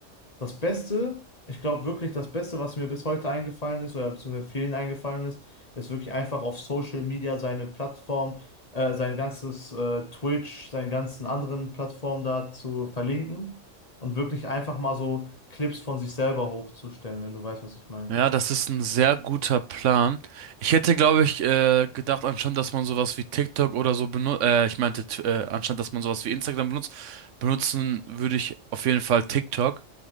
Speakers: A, on the left; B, on the right.
A: das Beste, ich glaube wirklich, das Beste, was mir bis heute eingefallen ist oder beziehungsweise vielen eingefallen ist, ist wirklich einfach auf Social Media seine Plattform, äh, sein ganzes äh, Twitch, seine ganzen anderen Plattformen da zu verlinken und wirklich einfach mal so Clips von sich selber hochzustellen, wenn du weißt, was ich meine.
B: Ja, das ist ein sehr guter Plan. Ich hätte, glaube ich, äh, gedacht, anstatt dass man sowas wie TikTok oder so benutzt, äh, ich meinte, t- äh, anstatt dass man sowas wie Instagram benutzt, benutzen würde ich auf jeden Fall TikTok.